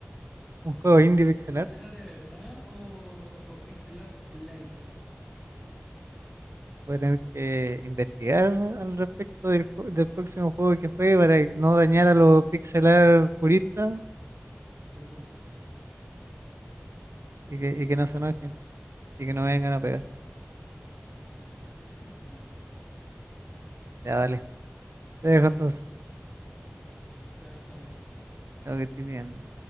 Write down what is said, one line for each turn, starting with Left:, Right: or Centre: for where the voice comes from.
Right: un juego indie pixelar,
Centre: ¿Pixelar de verdad o, o pixelar like?
Right: Voy a tener que investigar al respecto del, ju- del próximo juego que juegue para que no dañar a los pixelar puristas
Centre: Sí, po,
Right: y que,
Centre: corresponde.
Right: y que no se enojen y que no vengan a pegar.
Centre: <laughs>
Right: Ya, dale. Te dejo entonces.
Centre: Ya, chao, chao.
Right: Tengo que estoy bien.